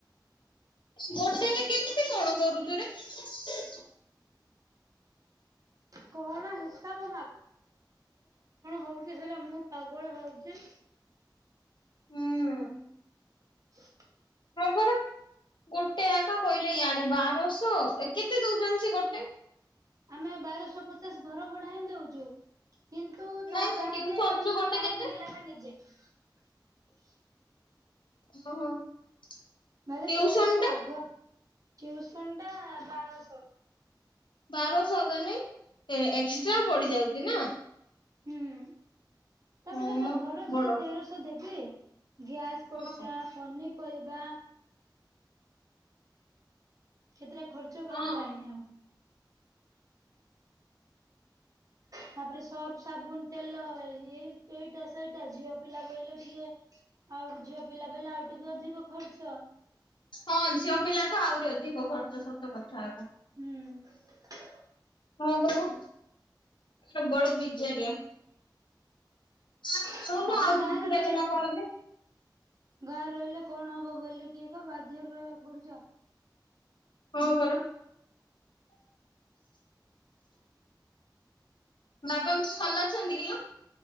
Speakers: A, on the left; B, on the right.
A: <inaudible> <inaudible> <inaudible>
B: <inaudible> <inaudible> ଗୁଆଟେ କଣ ହଉଛି ସେଟା ମୁଁ ପାଗଳ ହଉଛି।
A: ହୁଁ।
B: <inaudible>
A: ହଁ ପରା ଗୋଟେ ଆକା କହିଲେ ଇଆଡେ ବାର। ସ କେତେ ଦଉଛନ୍ତି ସେ ଗୋଟେ।
B: ଆମେ ବାରଶ ପଚାଶ ଘର ଭଡା ହିଁ ଦଉଚୁ। କିନ୍ତୁ
A: ନାଇଁ
B: ତା
A: ନାଇଁ
B: ବାଦେ
A: ଟିଉସନ
B: ଏକ୍ସଟ୍ରା
A: ରୁ ଗୋଟେ
B: ଲାଇନ୍
A: କେତେ?
B: ବିଲ ଆମେ ନିଜେ। <unintelligible>
A: <inaudible>
B: ଆଲେେ
A: ଟିଉସନ
B: ତେରଷ
A: ଟା
B: ଆଗୁ କି? ସୁଥଣ୍ଡା ବାାରଶ
A: ବାରସ ମାନେ ଏକ୍ସଟ୍ରା
B: ହୁଁ
A: ପଡିଯାଉଛି ନା।
B: ହୁଁ। ତାପ
A: ହଁ
B: ଯଖ
A: ମ
B: ଘର
A: ବଡ
B: ଯଦି ତେରଶହ ଦେବି। ଗ୍ୟାସ୍ ପଇସା
A: ହଁ।
B: ପନି ପରିବା। କେତେଟା ଖର୍ଚ୍ଚ
A: ହଁ
B: ବାହାରିଲାଣି ଆଉ। ତାପରେ ସର୍ପ ସାବୁନ ତେଲଇ ଏଁ ଏଇଟା ସେଇ ଟା ଝିଅ ପିଲା ବୋଇଲେ ଟିକେ ଆଉ ଝିଅ ପିଲା ମୁଁ କହିଲି ଆଉ ଟିକେ ଅଧିକ ଖର୍ଚ
A: ହଁ ଝିଅ ପିଲା ତ ଆହୁରି ଅଧିକ ଖର୍ଚ୍ଚ ସତ କଥା ହେତା।
B: ହୁଁ।
A: ହଁ ପରା ସେ ବଡ ବିଜାରିଆ। କହୁନୁ
B: ତାପରେ
A: ଆଉ
B: ଗାଁରେ
A: ବୁଝିବେ
B: ରହିଲେ
A: ନା
B: କ
A: କଣ ଯେ
B: ଗାଁରେ ରହିଲେ କଣ ହବ ବୋଲିକି ଏକ ବାଧ୍ୟରେ ରହିବାକୁ ପଡୁଛି ଆଉ।
A: ହଁ ପରା ବାବା ଭଲ ଅଛନ୍ତି କିଲୋ।